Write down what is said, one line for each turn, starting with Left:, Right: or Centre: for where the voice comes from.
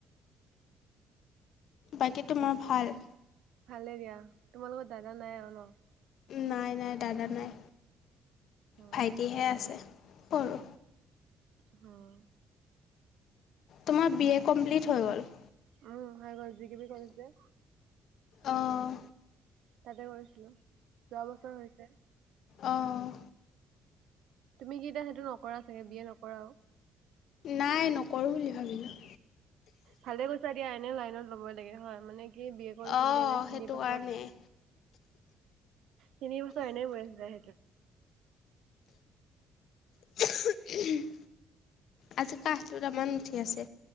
Left: বাকী তোমাৰ ভাল?
Right: ভালে দিয়া। তোমালোকৰ দাদা নাই আৰু ন?
Left: নাই নাই দাদা নাই,
Right: উম,
Left: ভাইটিহে আছে। কৰো
Right: হম।
Left: তোমাৰ বি এ কমপ্লিট হৈ গ'ল?
Right: উম হৈ গল। <unintelligible> কৰিম যে
Left: অহ।
Right: তাতে কৰিছিলো। যোৱা বছৰ হৈছে।
Left: অঁ।
Right: তুমি কি এতিয়া সেইটো নকৰা চাগে বি এ নকৰা?
Left: নাই নকৰো বুলি ভাবিলো।
Right: ভালে কৈছা দিয়া, এনে লাইনত ল'বই লাগে হয় মানে। সি বি এ কৰি থাকিলে
Left: অঁ
Right: দেখোন
Left: সেইটো
Right: এইবছৰ।
Left: কাৰণে
Right: তিনি বছৰ এনেই গৈ আছে যা সেইটোত।
Left: <unintelligible> আজি কাহটো তামান উঠি আছে।